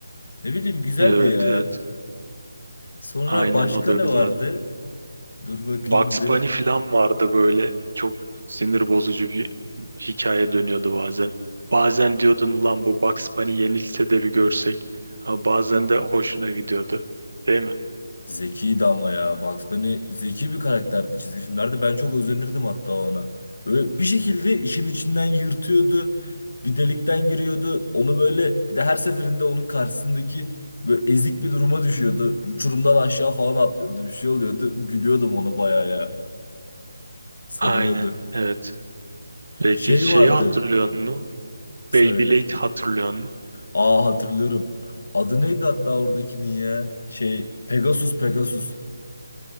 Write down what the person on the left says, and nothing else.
Ne bileyim güzeldi
ya.
Sonra
başka
ne
vardı? Dur bakayım
bir.
Zekiydi ama ya. Bugs Bunny zeki bir karakterdi çizgi filmlerde. Ben çok özenirdim hatta ona. Böyle bir şekilde işin içinden yırtıyordu. Bir delikten giriyordu. Onu böyle bir de her seferinde onun karşısındaki böyle ezik bir duruma düşüyordu. Uçurumdan aşağı falan atlıyordu. Bir şey oluyordu. Gülüyordum ona bayağı ya. Sarıyordu.
Şey
vardı.
Söyle.
Aa hatırlıyorum. Adı neydi hatta oradakinin ya? Şey Pegasus Pegasus.